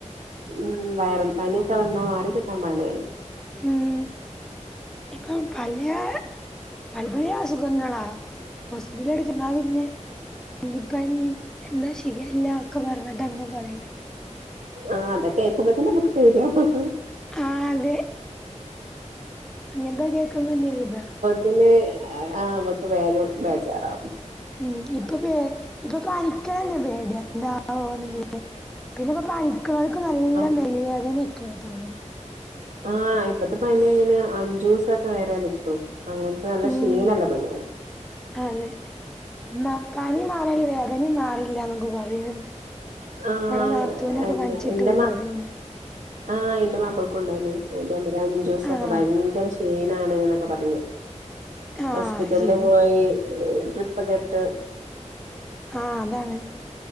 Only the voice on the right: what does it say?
മ് വയറൽപനിയൊക്കെ വന്നാൽ മാറികിട്ടാൻ പണിയാണ്
ആഹ് അതൊക്കേ കേൾക്കുമ്പഴേക്കും നമ്മക്ക് പേടിയാവാ ഹ് ഹ്
പിന്നെ ആഹ് നമക്ക് വേഗം ബേജാറാവും
ആ
ആഹ് ഇപ്പത്തെ പനി അയിന് അഞ്ചുസൊക്കെ വരെ നിക്കും അങ്ങൻത്തെ നല്ല
ക്ഷീണല്ലെ പനിയാണ്
ആഹ്
എന്താ
എന്റെ
മാ
ആഹ് ഇന്റെ മാപ്പൾക്കുണ്ടായിനി ഇതേമായിരി അഞ്ചോസൊക്കെ
ഭയങ്കര ക്ഷീണാണ് എന്നൊക്കെ പറ ഞ്ഞ്
ഹോസ്പിറ്റലില്
പോയി ട്രിപ്പൊെക്കെ ഇട്ട്